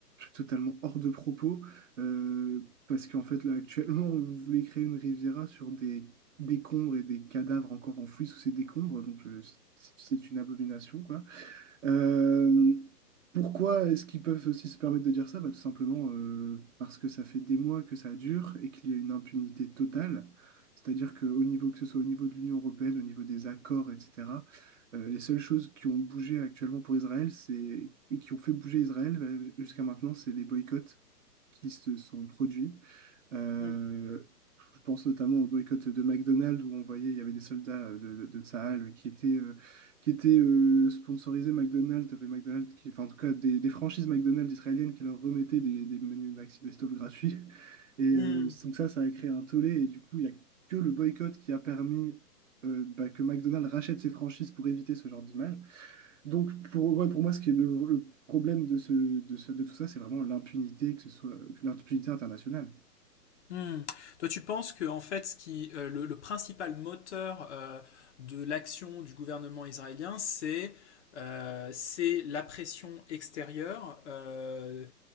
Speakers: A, on the right; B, on the left.
A: totalement hors de propos, euh, parce qu'en fait, là, actuellement, vous voulez créer une Riviera sur des décombres et des cadavres encore enfouis sous ces décombres, donc je- c'est c'est une abomination, euh, pourquoi est-ce qu'ils peuvent aussi se permettre de dire ça? Bah, tout simplement euh, parce que ça fait des mois que ça dure et qu'il y a une impunité totale. C'est-à-dire que, au niveau, que ce soit au niveau de l'Union européenne, au niveau des accords, etc., euh, les seules choses qui ont bougé actuellement pour Israël, c'est, et qui ont fait bouger Israël bah, jusqu'à maintenant, c'est les boycotts qui se sont produits. Euh,
B: Mm.
A: je pense notamment au boycott de McDonald's où on voyait il y avait des soldats euh, de, de Tsahal qui étaient, euh, qui étaient euh, sponsorisés McDonald's, t'avais McDonald's qui, enfin, en tout cas des, des franchises McDonald's israéliennes qui leur remettaient des, des menus Maxi Best-of gratuits. <laughs> Et
B: Mm.
A: euh, donc ça, ça a créé un tollé et du coup, il n'y a que le boycott qui a permis euh, bah, que McDonald's rachète ses franchises pour éviter ce genre d'image. Donc, pour, ouais, pour moi, ce qui est le, le problème de, ce, de, ce- de tout ça, c'est vraiment l'impunité, que ce soit l'impunité internationale.
B: Mm. Toi, tu penses que en fait, ce qui, euh, le, le, principal moteur euh, de l'action du gouvernement israélien, c'est euh, c'est la pression extérieure euh,